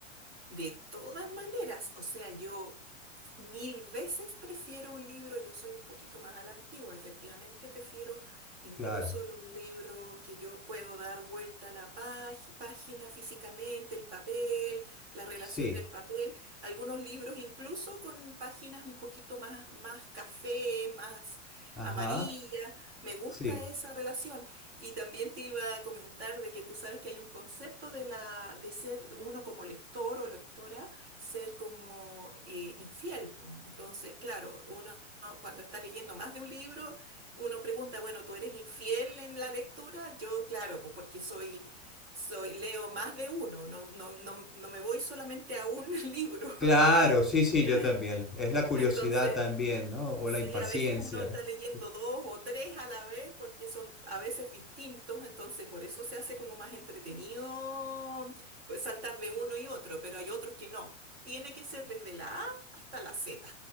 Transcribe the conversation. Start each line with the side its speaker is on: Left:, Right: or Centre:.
Right: De todas maneras, o sea, yo... Mil veces prefiero un libro, yo soy un poquito más a la antigua, efectivamente prefiero incluso
Centre: Claro.
Right: los libros que yo puedo dar vuelta a la pag- página físicamente, el papel, la relación
Centre: Sí.
Right: del papel, algunos libros incluso con páginas un poquito más, más café, más
Centre: Ajá.
Right: amarilla, me gusta
Centre: Sí.
Right: esa relación. Y también te iba a comentar de que tú sabes que hay un concepto de la, de ser uno como lector o lectora ser como eh, infiel. po. Entonces, claro, uno cuando está leyendo más de un libro, uno pregunta, bueno, ¿tú eres infiel en la lectura? Yo, claro, pues porque soy, soy, leo más de uno, no, no, no, no me voy solamente a un <laughs> libro.
Centre: Claro, sí, sí,
Right: ni nada.
Centre: yo también. Es la curiosidad
Right: Entonces,
Centre: también, ¿no? O
Right: Sí,
Centre: la impaciencia.
Right: a veces uno está leyendo
Centre: Sí.
Right: dos o tres a la vez porque son a veces distintos, entonces por eso se hace como más entretenido pues, saltar de uno y otro, pero hay otros que no. Tiene que ser desde la A hasta la Z.